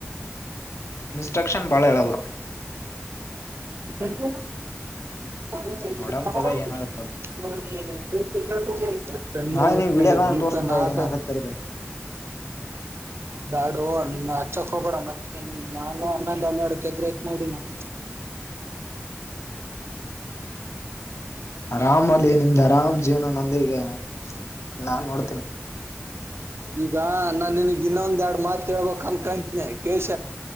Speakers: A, on the left; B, on the right.
A: ಇನ್ಸ್ಟ್ರಕ್ಷನ್ ಬಾಳ ಹೇಳಲ್ಲ
B: ಯಾಕೆ <unintelligible>
A: ನೋಡಮ್ ತಗ ಏನಾಗತ್ತ ನಾಳೆ ನೀವ್ ವಿಡಿಯೋ ಕಾಲ್
B: <unintelligible> ಬ್ಲೂ
A: ತೋರ್ಸಂತ
B: ಪೆನ್ ಅದ
A: ಏನಾಗತ್ತರ್ದು
B: ಬಾಡು ಅಲ್ ಹಚ್ಚಕ್ ಹೋಗಬ್ಯಾಡ ನಾನ ಹೊಂದು ಹನ್ನಡುಕದ್ರಐತ್ ನೋಡ್ ಇನ್ನ
A: ಆರಾಮ ಅಲ್ಲಿ ನಿಮ್ದ. ರಾಮ್ ಜೀವನ ನಂದಗನೆ ನಾನ್ ನೋಡ್ತೇನಿ
B: ಈಗ ನಾು ನಿನಗ್ ಇನ್ನೊಂದ ಎರಡ್ ಮಾತ್ ಕೇಳ್ಬೇಕಕ್ ಅನ್ಕಂತನನೆ ಕೇಶ..